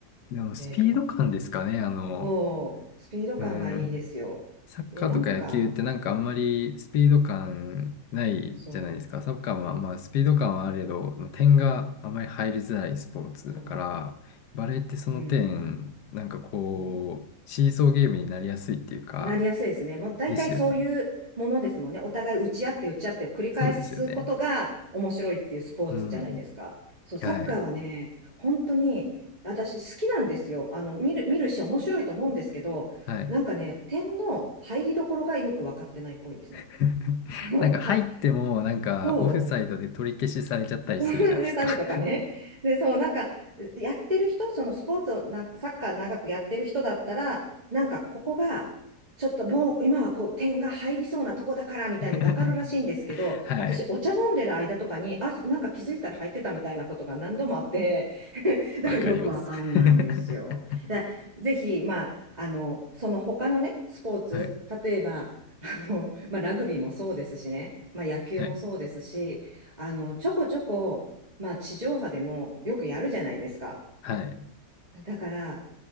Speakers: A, on the left; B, on the right.
A: であの、スピード感ですかね、
B: ええ
A: あの、
B: そう、スピード感がいいですよ。
A: うん、サッカーとか野球ってなんかあんまりスピード感ないじゃないですか。
B: で、なんか、そう、
A: サッカーはまあスピード感はあれど、点があまり入りづらいスポーツだから、
B: そ
A: バレーってその点、
B: う、うん、
A: なんかこう、
B: うん。
A: シーソーゲームになりやすいっていうか、
B: なりやすいですね。もう大体そういうものですもんね。
A: ですよね。
B: お互い打ち合って打ち合ってを繰り返すことが面白いっていうスポーツじゃないですか。
A: そうですよね。うん。
B: そう、サッカーはね、
A: はい。
B: 本当に私好きなんですよ。あの、見る、見るし面白いと思うんですけど、
A: はい。
B: なんかね、点の入りどころがよく分かってないっぽいですね。
A: <laughs>
B: あの、
A: なんか入ってもなんかオフサイドで取り消しされちゃったりするじゃないですか。
B: た、そう <laughs> 植えたりとかね。で、そう、なんか、やってる人、そのスポーツをな、サッカー長くやってる人だったら、なんか、ここが、ちょっともう今はこう点が入りそうなとこだからみたいに分かるらしいんですけど、
A: <laughs> はい。
B: 私お茶飲んでる間とかに、あ、なんか気づいたら入ってたみたいなことが何度もあって、<laughs> だからよくわかんないんですよ。
A: わかります。<laughs>
B: だからぜひ、まあ、あの、その他のね、スポーツ、
A: はい。
B: 例えば、あの、まあ、ラグビーもそうですしね、まあ、野球もそうですし、
A: はい。
B: あの、ちょこちょこまあ、地上波でもよくやるじゃないですか。
A: はい。
B: だから、